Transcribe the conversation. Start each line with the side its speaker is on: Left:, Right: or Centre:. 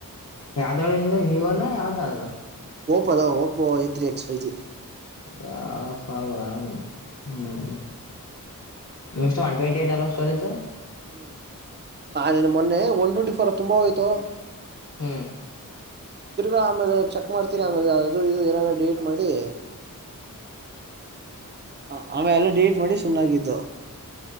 Left: ಯ್ದಳಿಂದ ಹವನಾ ಯಾವ್ದಳ.
Right: ಓಪೋದ Oppo A three X Y G.
Left: ಹಪಲಾ ಹ್ಮ್. <unintelligible> ಒನ್ ಟ್ವೆಟಿ ಸ್ಟಜ್ <unintelligible>
Right: <unintelligible> ನಿನ್ ಮೊನ್ನೆ ಒನ್ ಟ್ವೆಂಟಿ ಫೋರ್ ತುಂಬಾ ಹೋಯ್ತು
Left: ಹ್ಮ್
Right: ತಿರ್ಗಾ ಆಮೇಲೆ ಚೆಕ್ ಮಾಡ್ತೀನಿ ಆಮೇಾಲೆ ಅದು ಇದು ಏನಾರ ಡಿಲೀಟ್ ಮಾಡಿ ಹ ಆಮೆಲ್ ಎಲ್ಲ ಡಿಲೀಟ್ ಮಾಡಿ ಸುಮ್ನಾಗಿದ್ದ